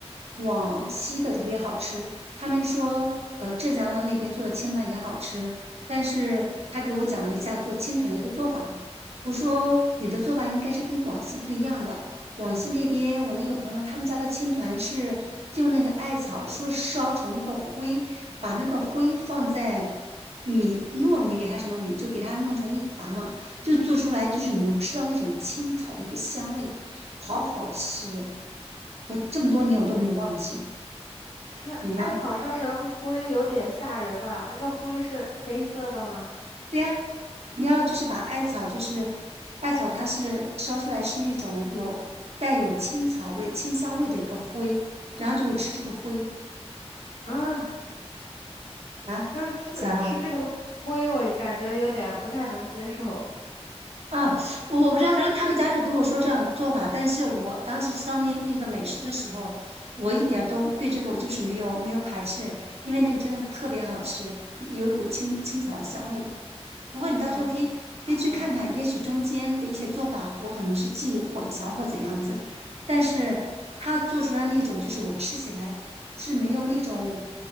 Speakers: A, on the right; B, on the left.
A: 广西的特别好吃。他们说，呃，浙江的那边做的青团也好吃，但是他给我讲了一下做青团的一个做法嘛。我说你的做法应该是跟广西不一样的。广西那边，我那个朋友他们家的青团是用那个艾草说烧成一个灰，把那个灰放在米糯米里还是什么米，就给它弄成一团嘛。就做出来就是你能吃到那种青草的一个香味，好好吃哦！我这么多年我都没有忘记。
B: 是艾草烧成灰有点吓人吧？
A: 你呢？
B: 那个灰是黑色的吗？
A: 对呀，你要就是把艾草，就是艾草，它是烧出来是那种有带有青草味、清香味的一个灰，然后就是吃这个灰
B: 啊，
A: 啊，
B: 那是吃这个灰，
A: 咋啦？
B: 我感觉有点不太能接受。
A: 啊，我我不知道，反正他们家是给我说这样做法，但是我当时吃到那那个美食的时候，我一点儿都对这个我就是没有没有排斥，因为那个真的特别好吃，有一股青青草的香味。不过你到时候可以可以去看看，
B: 嗯，好的，
A: 也许中间的一些做法我可能是记忆混淆或怎样子，但是他做出来那种就是我吃起来是没有那种